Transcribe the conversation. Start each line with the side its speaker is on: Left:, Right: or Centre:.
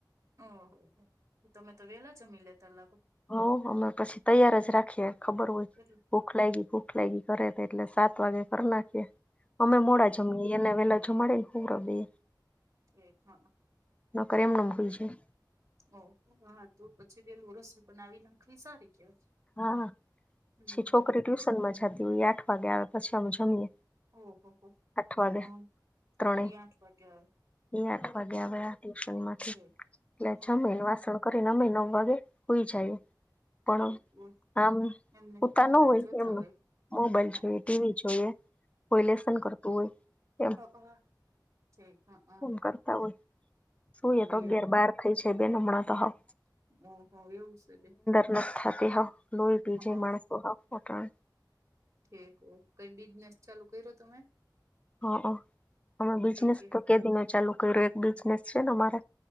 Right: ઓહહ હું તમે તો વેલા જમી લેતા લાગો
Left: હ અમે પછી તૈયાર જ રાખીએ ખબર હોયય
Right: કેટલે
Left: ભૂખ લાગી ભૂખ લાગી કરે એટલે સાત વાગે કરી નાખીએ અમે મોડા
Right: ઓહો
Left: જમ એનેવેલાજું મળે હ્રદી
Right: એ હ
Left: નકર એમનેમ
Right: હમ
Left: હુઈ જાય
Right: ઓ હા તો પછી પેલું રસો બનાવી નાખવી સારી કેવાય
Left: હા
Right: હમ
Left: પછી છોકરી
Right: હમ
Left: ટ્યુશન માં જતી હોય આઠ વાગે આવે પછી અમે જમીએે
Right: ઓહ હો
Left: અઠ વા
Right: હ
Left: દે
Right: થકી
Left: ત્રણે
Right: આઠ વાગે આવે
Left: અહી આઠ
Right: હ
Left: વાગે આવ્યા ટ્યુશન માંથી
Right: છે.
Left: એટલે
Right: હા
Left: જમીને
Right: હા
Left: વાસણ કરીનેમ નવ વાગે હોઈ જાય પણ
Right: છે બોલ
Left: આમ
Right: એમને
Left: ઉતા
Right: મોબાઈલ
Left: ન હોય
Right: જોતા
Left: એમનું મોબાઈલ
Right: હા
Left: જોઈએ ટીવી જોઈએ કોઈ લસન કરતું હોય એમ
Right: ઓ શક હ
Left: એમ કરતા હોય સુુંએ
Right: એવું
Left: તો અગિયાર બાર થઈ છે બે નમણા તો હાવ
Right: ઓહ એવું છે બે
Left: ગ થતી હવ લોહી બીજે
Right: હ
Left: માણસો હાવ ત્રણ
Right: ઠક કઈ બિઝનેસ ચાલુ કર્યો તમે
Left: હઅ અમે બિઝનેસ
Right: ઠીક હે
Left: તો કેદિનો ચાલુ કર્યો એક બિઝનેસ છે ને મારે